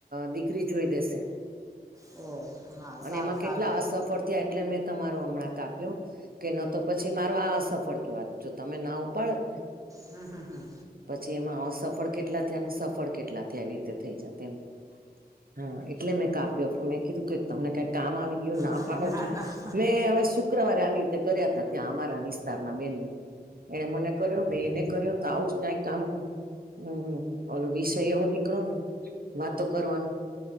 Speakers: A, on the right; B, on the right.
A: દીકરી જોઈ દેશે.
B: ઓ હા
A: અને
B: સારું
A: એમાં કેટલા
B: સારું
A: અસફળ થયા એટલે મેં તમારું હમણાં કાપ્યું કે ન તો પછી મારો આ અસફળ કેવા જો તમે ના ઉપાડ જ ને
B: હમ હમ હમ
A: પછી એમાં અસફળ કેટલા થયા અને સફળ કેટલા થયા એવી રીતે થઈ જા તેમ હા એટલે મેં કાપ્યો કે મેં કીધું કે તમને કઈ કામ આવી ગયું ના
B: હા
A: પાડો છો
B: ના
A: ને હવે શું શુક્રવારે આવી રીતે તે કર્યા તા ત્યાં અમારા વિસ્તારના બેન ને એણે મને કર્યો મેં એને કર્યો આવુંજ કઈ કામ હમ્મ ઓલો વિષય એવો નીકળો ને વાતો કરવાનું